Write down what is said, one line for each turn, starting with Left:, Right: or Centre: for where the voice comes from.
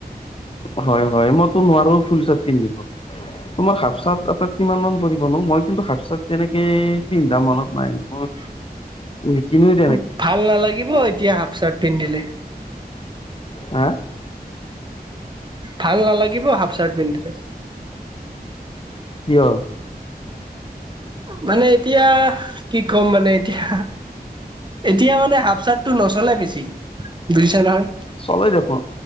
Left: হয়, হয় মইতো নোৱাৰো ফুল চাৰ্ট পিন্ধিব। তোমাৰ হাফ চাৰ্ট এটাত কিমান মান পৰিবনো, মই কিন্তু হাফ চাৰ্ট তেনেকে পিন্ধা মনত নাই মোৰ।
Right: <inaudible>
Left: নিপিন্ধো
Right: ভাল নালাগিব এতিয়া হাফ চাৰ্ট পিন্ধিলে।
Left: হা?
Right: ভাল নালাগিব হাফ চাৰ্ট পিন্ধিলে।
Left: কিয়?
Right: মানে এতিয়া কি ক'ম মানে এতিয়া এতিয়া মানে হাফ চাৰ্টটো নচলে বেছি বুজিছা নহয়।
Left: চলে দেখোন